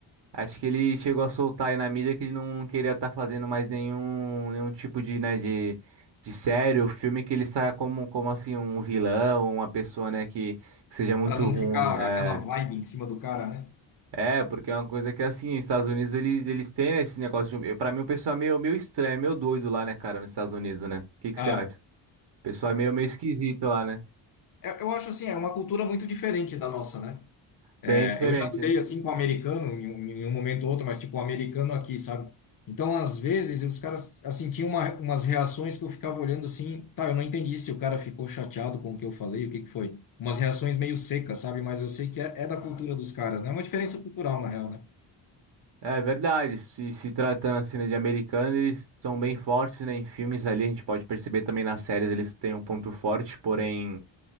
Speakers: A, on the right (about 60°); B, on the left (about 50°).
A: acho que ele chegou a soltar aí na mídia que ele não queria estar fazendo mais nenhum, nenhum tipo de, né, de, de série ou filme que ele saia como, como assim, um vilão, uma pessoa, né, que, que seja muito
B: para não
A: ruim.
B: ficar
A: É.
B: aquela vibe em cima do cara, né?
A: É, porque é uma coisa que assim, os Estados Unidos eles, eles têm né, esse negócio de. eu- Pra mim, o pessoal é meio, meio estranho, é meio doido lá, né, cara, nos Estados Unidos, né? O que que
B: Ah,
A: você acha? O pessoal é meio, meio esquisito lá, né?
B: eu, eu acho assim, é uma cultura muito diferente da nossa, né? É,
A: Bem diferente,
B: eu já lidei
A: né?
B: assim com o americano em, um em um momento ou outro, mas tipo o americano aqui, sabe? Então, às vezes, os caras assim tinham uma- umas reações que eu ficava olhando assim, tá, eu não entendi se o cara ficou chateado com o que eu falei, o que que foi? Umas reações meio secas, sabe? Mas eu sei que é, é da cultura dos caras, né? É uma diferença cultural, na real, né?
A: É verdade. Se, se tratando assim, né, de americano, eles são bem fortes, né? Em filmes ali, a gente pode perceber também nas séries eles têm um ponto forte, porém.